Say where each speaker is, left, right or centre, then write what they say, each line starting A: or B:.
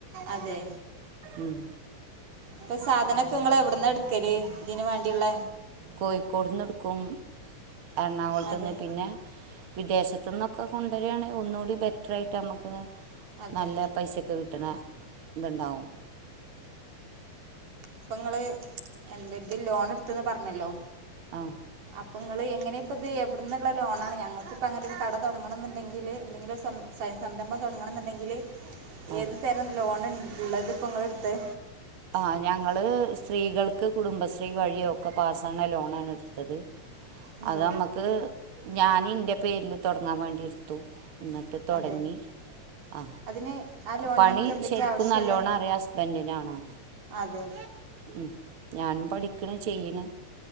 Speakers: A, on the right; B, on the right.
A: അതെ
B: ഉം
A: ഇപ്പൊ സാധനൊക്കെ നിങ്ങള് എവിട്ന്ന എടുക്കല് ഇതിന് വേണ്ടിയുള്ള
B: കോയിക്കോട് നിന്ന് എടുക്കും എറണാകുളത്തുന്ന്
A: അതെ
B: പിന്നെ വിദേശത്തുന്നൊക്കെ കൊണ്ടുവരാണെിൽ ഒന്നുകൂടി ബെറ്ററായിട്ട് നമ്മക്ക്
A: അതെ
B: നല്ല പൈസക്ക് കിട്ടണ ഇത് ഉണ്ടാവും
A: ഇപ്പൊ നിങ്ങള് എന്ത ഇത് ലോൺ എടുത്തന്ന് പറഞ്ഞല്ലോ
B: ആ
A: അപ്പ നിങ്ങള് എങ്ങനെ ഇപ്പ ഇത് എവിടന്നുള്ള ലോണാണ് ഞങ്ങക്കിപ്പോ അങ്ങനെ ഒരു കട തൊടങ്ങണന്നുണ്ടെങ്കില് എന്തെങ്കിലും സ സംരംഭം തൊടങ്ങണംന്നുണ്ടെങ്കില്
B: ആ
A: ഏത് തരം ലോൺ ഇള്ളത് ഇപ്പൊ നിങ്ങള് എടുത്തെ
B: ആ ഞങ്ങള് സ്ത്രീകൾക്ക് കുടുംബശ്രീ വഴി ഒക്കെ പാസ്സാവണ ലോണ് ആണ് എടുത്തത്
A: ഉണ്ടോ
B: അതമ്മക്ക് ഞാന ഇന്റെ പേരില് തുടങ്ങാൻ വേണ്ടി എടുത്തു എന്നിട്ട് തുടങ്ങി
A: അതെ
B: ആ
A: അതിന് ആ ലോണിന്
B: പണി
A: നമുക്ക് എന്തൊക്കെയാ
B: ശരിക്കും
A: ആവശ്യമുള്ളെ
B: നല്ലോണം അറിയാം ഹസ്ബൻഡിനാണോ
A: അതെ
B: ഉ ഞാനും പഠിക്കണ് ചെയ്യണ്